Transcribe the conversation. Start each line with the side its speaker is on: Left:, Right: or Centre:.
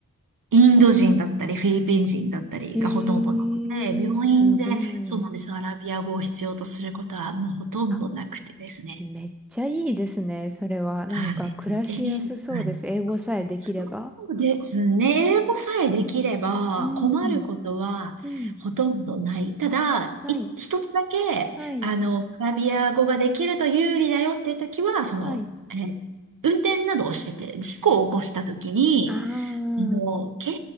Right: インド人だったり、フィリピン人だったりがほとんどなので、
Centre: えー、
Right: 病院で、
Centre: すごい。
Right: そうなんですよ。アラビア語を必要とすることはもうほとんどなくてですね。
Centre: あ、めっちゃいいですね。それは。なんか暮らしやすそうです。
Right: はい。えーはい
Centre: 英語さえできれば。
Right: そうですね。英語さえできれば困ることはほとんどない。
Centre: うん。うん。
Right: ただ、
Centre: はい。
Right: い、一つだけ、
Centre: はい。
Right: あの、アラビア語ができると有利だよっていう時は、その、
Centre: はい。
Right: えー運転などをしてて、事故を起こした時に、
Centre: あ
Right: あの、警